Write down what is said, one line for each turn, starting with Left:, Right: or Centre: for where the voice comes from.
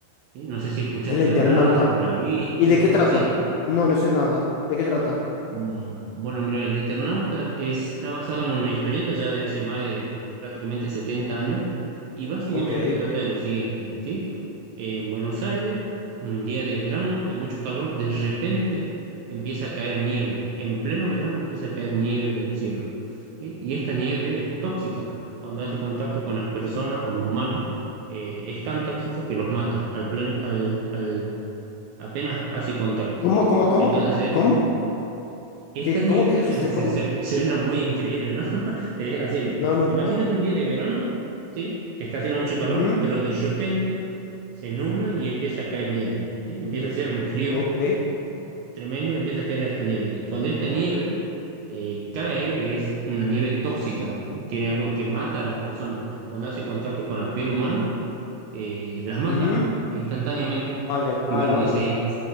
Right: ¿sí? No sé si escuchaste
Left: El Eternauta.
Right: hablar o la viste.
Left: ¿Y de qué trata?
Right: Sí,
Left: No, no sé nada. ¿De qué trata?
Right: Mm, Bueno, mira, el Eternauta está basado en una historieta ya de hace más de prácticamente 70 años y básicamente
Left: Ok.
Right: trata de lo siguiente, ¿sí? En Buenos Aires, un día de verano, de mucho calor, de repente empieza a caer nieve. En pleno verano empieza a caer nieve del cielo, ¿sí? Y esta nieve es tóxica. Cuando hace contacto con las personas, con los humanos, eh, es tan tóxica que los mata al plen- al- al- apenas hace contacto,
Left: ¿Cómo,
Right: ¿sí?
Left: cómo, cómo?
Right: Entonces, eh,
Left: ¿Cómo?
Right: esta
Left: ¿Qué,
Right: nieve
Left: cómo que
Right: <laughs>
Left: dijiste?
Right: se,
Left: ¿Cómo?
Right: se- suena muy increíble, ¿no? <laughs> Pero es así, mira.
Left: No, no,
Right: Imagínate
Left: ¿cómo?
Right: un día de verano, ¿sí? Que está haciendo mucho calor,
Left: Ujú,
Right: pero de repente se nubla y empieza a caer nieve, ¿sí? Empieza a hacer un frío
Left: Ok.
Right: tremendo, empieza a caer esta nieve. Y cuando esta nieve eh, cae, es una nieve tóxica, tiene algo que mata a las personas. Cuando hace contacto con la piel humana, eh, las mata
Left: ujú,
Right: instantáneamente.
Left: A la,
Right: Y bueno,
Left: a la
Right: y
Left: vaina.
Right: se,